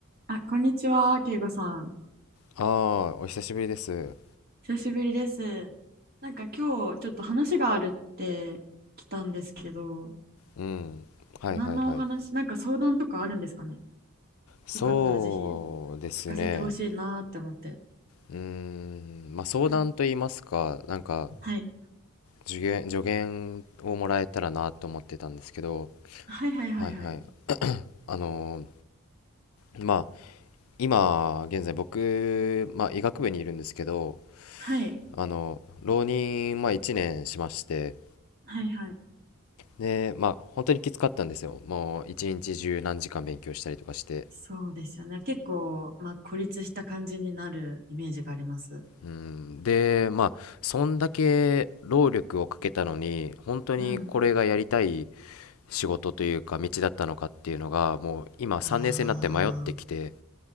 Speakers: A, on the right; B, on the left.
A: あ、こんにちは、けいこさん。
B: ああ、お久しぶりです。
A: 久しぶりです。なんか今日ちょっと話があるって来たんですけど、
B: うん。はいはいはい。
A: 何のお話、なんか相談とかあるんですかね。
B: そうですね。
A: よかったらぜひ聞かせてほしいなーって思って。
B: うーん。まあ相談と言いますか、
A: うん
B: なんか
A: はい。
B: 助言、助言をもらえたらなと思ってたんですけど、
A: はいはいはいはい。
B: はいはい。あのーまあ今現在僕、まあ医学部にいるんですけど、
A: はい。
B: あの、浪人、まあ1年しまして、
A: はいはい。
B: で、まあ本当にきつかったんですよ。もう一日中何時間勉強したりとかして。
A: そうですよね。結構、まあ、孤立した感じになるイメージがあります。
B: うん、で、まあ、そんだけ労力をかけたのに、本当にこれがやりたい
A: うん。
B: 仕事というか、道だったのかっていうのが、もう今、
A: ああ、
B: 3年生になって迷ってきて、